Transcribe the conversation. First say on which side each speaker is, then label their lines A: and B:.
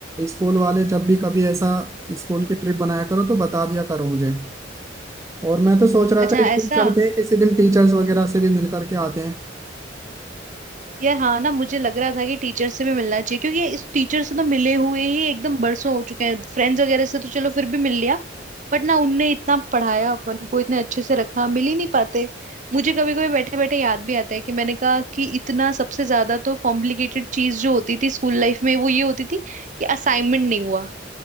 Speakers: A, on the right; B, on the right.
A: स्कूल वाले जब भी कभी ऐसा स्कूल की ट्रिप बनाया करो तो बता दिया करो मुझे और मैं तो सोच रहा
B: अच्छा
A: था स्कूल
B: ऐसा
A: चलते हैं किसी दिन टीचर्स वगैरह से भी मिल करके आते हैं
B: यार हाँ ना मुझे लग रहा था कि टीचर से भी मिलना चाहिए क्योंकि ये इस टीचर से तो मिले हुए ही एकदम बरसों हो चुके हैं फ्रेंड्स वगैरह से तो चलो फिर भी मिल लिया बट ना उनने इतना पढ़ाया अपन को इतने अच्छे से रखा मिल ही नहीं पाते मुझे कभी कभी बैठे बैठे याद भी आता है कि मैंने कहा कि इतना सबसे ज्यादा तो कॉम्प्लिकेटेड चीज जो होती थी स्कूल लाइफ में वो ये होती थी कि असाइनमेंट नहीं हुआ